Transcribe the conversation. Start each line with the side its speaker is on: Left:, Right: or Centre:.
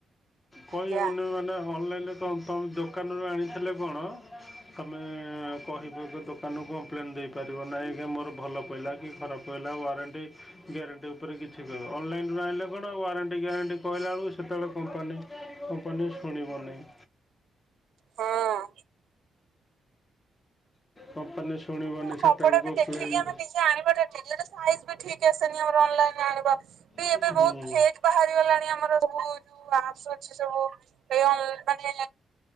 Left: କହିବୁନି
Right: ଆଜ୍ଞା
Left: ମାନେ ଅନଲାଇନରେ କଣ ତମ ଦୋକାନରୁ ଆଣିଥିଲେ କଣ ତମେ କହିବ କି ଦୋକାନକୁ କମ୍ପ୍ଲେନ୍ ଦେଇପାରିବ। ନାହିଁ ଆଜ୍ଞା ମୋର ଭଲ ପଇଲା କି ଖରାପ ରହିଲା ୱାରେଣ୍ଟି ଗ୍ୟାରେଣ୍ଟି ଉପରେ କିଛି କହିବ। ଅନଲାଇନରୁ ଆଣିଲେ କଣ ୱାରେଣ୍ଟି ଗ୍ୟାରେଣ୍ଟି କହିଲା ବେଳକୁ ସେତେବେଳେ କମ୍ପାନୀ କମ୍ପାନୀ ଶୁଣିବ ନାହିଁ।
Right: ହଁ।
Left: କମ୍ପାନୀ ଶୁଣିବନି
Right: ଆମର କପଡା
Left: ସେତେବେଳେକୁ
Right: ବି
Left: ଅଫଲାଇନ୍
Right: ଦେଖିକି ଆମେ ନିଜେ ଆଣିବାଟା ଠିକ୍। ଇଏ ତ ସାଇଜ ବି ଠିକ୍ ଆସେନି। ଆମର ଅନଲାଇନରେ ଆଣିବା ବି
Left: ପ୍ଲେନ୍
Right: ଏବେ ବହୁତ ଫେକ୍ ବାହାରି ଗଲାଣି ଆମର ସବୁ ଯୋଉ ଆପ୍ସ ଅଛି ସବୁ। ଏ ମାନେ